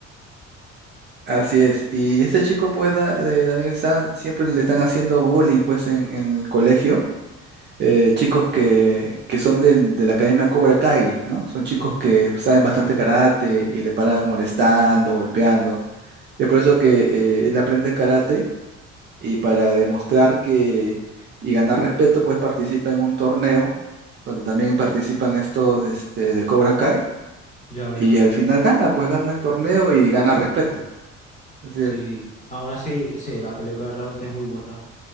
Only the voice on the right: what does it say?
así es. Y este chico, pues, da- de Daniel San, siempre le están haciendo bullying, pues, en, en el colegio eh, chicos que, que son del- de la Academia Cobra Kai, ¿no? Son chicos
que saben bastante karate y le paran molestando, golpeando. Es por eso que eh, él aprende karate y para demostrar que y ganar respeto, pues participa en un torneo donde también participan estos este, de Cobra Kai
y al final gana, pues gana el torneo y gana respeto. Así
es.